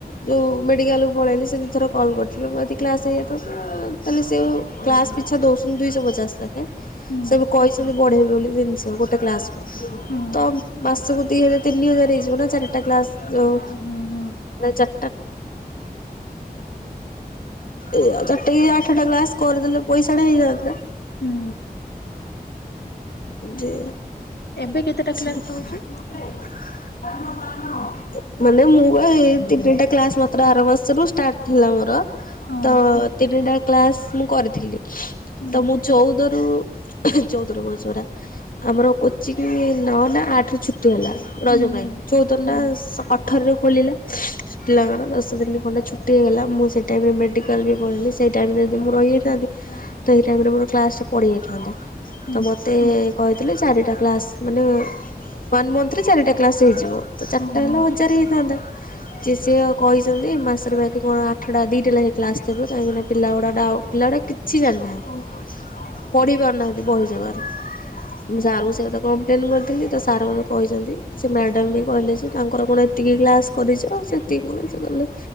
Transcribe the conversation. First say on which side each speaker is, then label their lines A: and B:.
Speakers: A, on the left; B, on the left.
A: ଯୋଉ ମେଡ଼ିକାଲକୁ ପଳେଇଲି ସେ ଦି ଥର କଲ୍ କରିଥିଲି ଯଦି କ୍ଲାସ୍ ହେଇଯାଇଥାନ୍ତା ତାହେଲେ ସେ କ୍ଲାସ୍ ପିଛା ଦଉଚନ୍ତି ଦୁଇଶହ ପଚାଶ ଲାଖେ।
B: ହୁଁ
A: ସବୁ କହିଛନ୍ତି ବଢେଇବେ ବୋଲି ଜିନିଷ ଗୋଟେ କ୍ଲାସକୁ।
B: ହୁଁ
A: ତ ମାସକୁ ଦି ହଜାର ତିନି ହଜାର ହେଇଯିବ ନା ଚାରିଟା କ୍ଲାସ ଯୋଉ
B: ହୁଁ ହୁଁ ହୁଁ
A: ଚା <inaudible> ଏଇ ଆଉ ଚାରିଟାକି ଆଠଟା କ୍ଲାସ କରିଦେଲେ ପଇସାଟା ହେଇଯାଆନ୍ତା।
B: ହୁଁ।
A: ଯେ
B: ଏବେ କେତେଟା
A: <inaudible>
B: କ୍ଲାସ ରହୁଛି?
A: ମାନେ ମୁଁ ହେଇ ତିନିଟା କ୍ଲାସ ମାତ୍ର ଆର ମାସରୁ ଷ୍ଟାର୍ଟ ଥିଲା ମୋର।
B: ହଁ।
A: ତ ତିନିଟା କ୍ଲାସ୍ ମୁଁ କରିଥିଲି
B: ହୁଁ।
A: ତ ମୁଁ ଚଉଦରୁ ଚଉଦରୁ କହୁଛି ପରା। ଆମର କୋଚିଂ ନଅ ନା ଆଠରୁ ଛୁଟି ହେଲା ରଜ
B: ହୁଁ
A: ପାଇଁ।
B: ହୁଁ
A: ଚଉଦରେ
B: ହୁଁ
A: ନା ଅଠରରେ ଖୋଲିଲା। ପିଲାଙ୍କର ଦଶ ଦିନି ଖଣ୍ଡେ ଛୁଟି ହେଇଗଲା, ମୁଁ ସେଇ ଟାଇମରେ ମେଡ଼ିକାଲ ବି ପଳେଇଲି। ସେଇ ଟାଇମରେ ଯଦି ମୁଁ ରହିଯାଇଥାନ୍ତି ତ ହେଇ ଟାଇମରେ ମୋର କ୍ଲାସଟା ପଡ଼ିିଯାଇଥାନ୍ତା
B: ହୁଁ
A: ତ ମୋତେ କହିଥିଲେ ଚାରିଟା କ୍ଲାସ୍ ମାନେ ୱାନ୍ ମନ୍ଥରେ ଚାରିଟା କ୍ଲାସ୍ ହେଇଯିବ ତ ଚାରିଟା
B: ହୁଁ ହୁଁ
A: ହେଲେ ହଜାରେ ହେଇଥାନ୍ତା। ଜେ ସିଏ କହିଛନ୍ତି ମାସର ବାକି କଣ ଆଠଟା ଦିଟା ଲେଖା କ୍ଲାସ୍ ଦେବେ କାହିଁକିନା ପିଲା ଗୁଡ଼ାକ ଡା ପିଲାଗୁଡ଼ା କିଛି ଜାଣିନାହାନ୍ତି। ପଢି ପାରୁନାହାନ୍ତି ବହି ଯମାରୁମୁଁ ସାରଙ୍କୁ ସେଇ କଥା କମ୍ପ୍ଲେନ୍ କରିଥିଲି ତ ସାର୍ ମୋତେ କହିଛନ୍ତି ସେ ମ୍ୟାଡ଼ମ୍ ବି କହିଲେ ଯେ ତାଙ୍କର କଣ ଏତିକି କ୍ଲାସ୍ କରିଛ ଆ ସେତିକି କଣ ସିଏ କହିଲେ